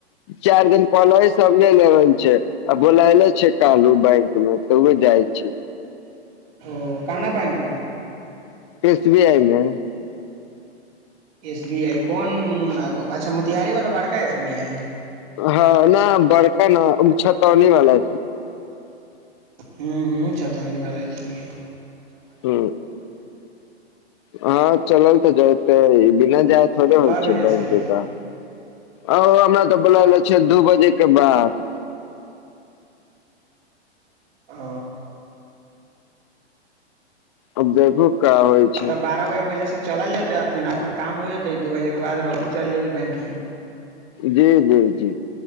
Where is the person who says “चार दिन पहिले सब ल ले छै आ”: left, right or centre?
Left